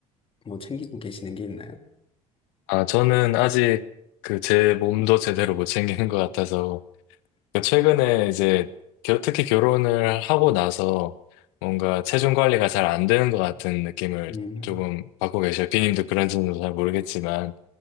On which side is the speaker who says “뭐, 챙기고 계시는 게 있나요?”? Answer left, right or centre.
Left